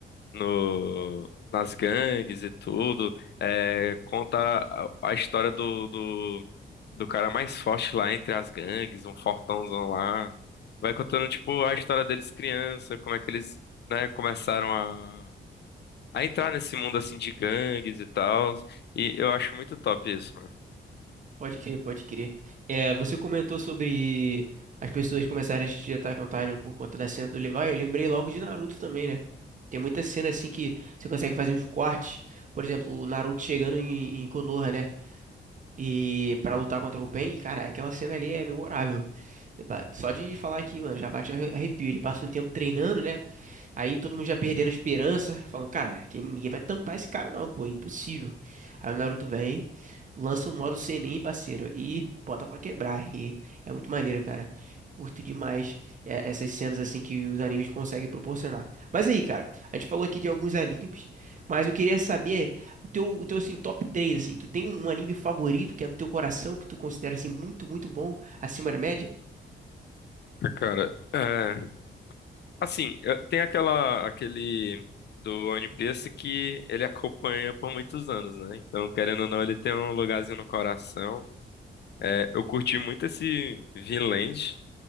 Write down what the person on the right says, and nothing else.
Pode crer, pode crer. É, você comentou sobre as pessoas começarem a assistir Attack on Titan por conta da cena do Levi. Eu lembrei logo de Naruto também, né? Tem muita cena assim que você consegue fazer os cortes. Por exemplo, o Naruto chegando em, em Konoha, né? E para lutar contra o Pain, cara, aquela cena ali é memorável. Ba- Só de falar aqui, mano, já bate arre- arrepio. Ele passa um tempo treinando, né? Aí todo mundo já perdendo a esperança, falando, cara, que ninguém vai tampar esse cara não, pô, é impossível. Aí o Naruto vem, lança o modo Senin, parceiro, e bota pra quebrar. E é muito maneiro, cara. Curto demais é, essas cenas assim que os animes conseguem proporcionar. Mas aí, cara, a gente falou aqui de alguns animes, mas eu queria saber o teu, o teu assim, top 3 assim, tu tem um anime favorito que é do teu coração, que tu considera assim muito, muito bom, acima da média?